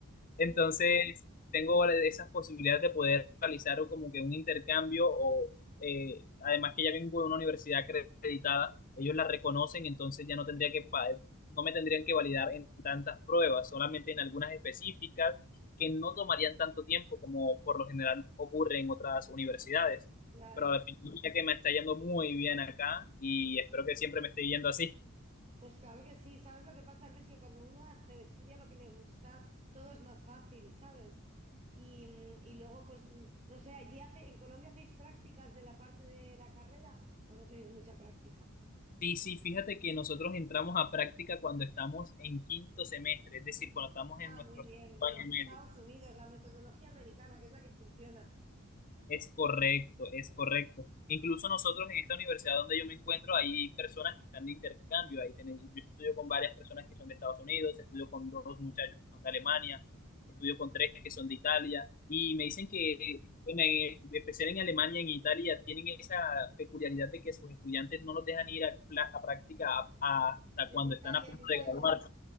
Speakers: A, on the left; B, on the right.
A: Entonces,
B: Muy
A: tengo esas posibilidades de poder realizar como que un intercambio o eh, además que ya vengo de una universidad acreditada, ellos la reconocen, entonces ya no tendría que pa- no me tendrían que validar en tantas pruebas, solamente en algunas específicas que no tomarían tanto tiempo como por lo general ocurre en otras universidades.
B: claro.
A: Pero al final ya que me está yendo muy bien acá y espero que siempre me esté yendo así.
B: Pues claro que sí, ¿sabes lo que pasa, Luis? Que cuando uno hace- estudia lo que le gusta, todo es más fácil, ¿sabes? Y, mm, y luego, pues, mm, no sé, allí hace, en Colombia hacéis prácticas de la parte de la carrera o no tenéis mucha práctica.
A: Sí, sí, fíjate que nosotros entramos a práctica cuando estamos en quinto semestre, es decir, cuando estamos
B: Ah,
A: en nuestro
B: muy bien,
A: sexto año
B: como
A: y
B: en Estados
A: medio.
B: Unidos, la metodología americana, que es la que funciona.
A: Es correcto, es correcto. Incluso nosotros en esta universidad donde yo me encuentro hay personas que están de intercambio. Ahí tenés- yo estudio con varias personas que son de Estados Unidos, estudio con dos muchachos que son de Alemania, estudio con tres que son de Italia. Y me dicen que, en, en especial en Alemania, y en Italia, tienen esa peculiaridad de que sus estudiantes no los dejan ir a, pla- a práctica a- a- hasta
B: En
A: cuando
B: Italia,
A: están a punto
B: en Italia.
A: de graduarse.